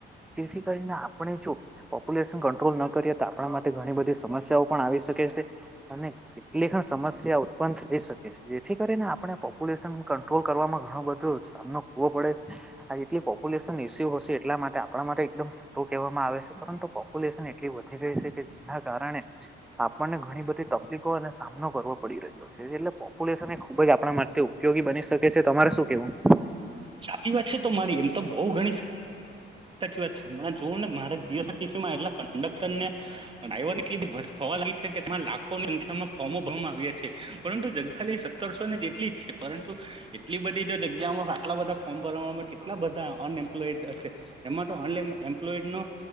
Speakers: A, in the centre; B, on the right (about 25°).
A: જેથી કરીને આપણે જો પોપ્યુલેશન કંટ્રોલ ન કરીએ તો આપણા માટે ઘણી બધી સમસ્યા પણ આવી શકે છે, અને કેટલી સમસ્યા ઉત્પન્ન થઈ શકે. જેથી કરીને આપણે પોપ્યુલેશન કંટ્રોલ કરવામાં ઘણું બધો સામનો જોવો પડે આ જેટલી પોપ્યુલેશન ઇસ્યુ હશે એટલા માટે આપણા માટે એકદમ સલો કહેવામાં આવે. પરંતુ પોપ્યુલેશન એટલી વધી ગઈ છે, કે જેના કારણે આપણને ઘણી બધી તકલીફો અને સામનો કરવો પડી રહ્યો છે, એટલે પોપ્યુલેશન એ ખૂબ જ આપણા માટે ઉપયોગી બની શકે છે, તમારે શું? કેવું
B: સાચી વાત છે, તો મારી એમ તો બહુ ગણી સાચી વાત છે, હમણાં જોવું ને મારા જીએસસીમાં એટ કંડક્ટરને ડ્રાઈવર નેટલી બી સરખાં. કે તેમાં લાખો સંખ્યામાં ફોર્મો ભરવામાં આવ્યા છે, પરંતુ ખાલી સત્તરસો ને જેટલી જ છે, પરંતુ એટલી બધી જો જગ્યામાં આટલા બધા ફોર્મ ભરવાવામાં ના બધા અન એમ્પ્લોઈડ હશે. એમાં તો અન એમ્પ્લોઈડ નો